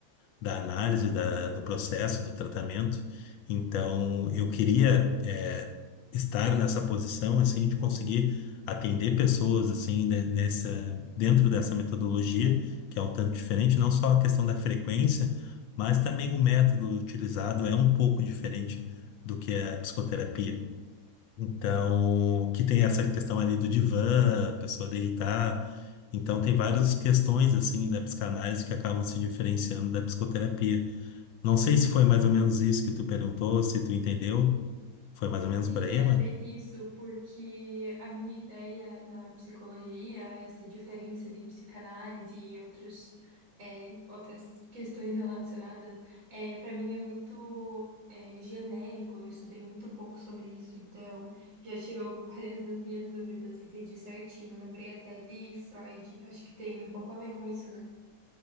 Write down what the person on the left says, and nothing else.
da análise da, do processo, do tratamento. Então, eu queria é, estar nessa posição, assim, de conseguir atender pessoas, assim, de- nessa, dentro dessa metodologia, que é um tanto diferente, não só a questão da frequência, mas também o método utilizado é um pouco diferente do que é a psicoterapia. Então, que tem essa questão ali do divã, a pessoa deitar. Então, tem várias questões, assim, da psicanálise que acabam se diferenciando da psicoterapia. Não sei se foi mais ou menos isso que tu perguntou, se tu entendeu. Foi mais ou menos
por aí,
mano?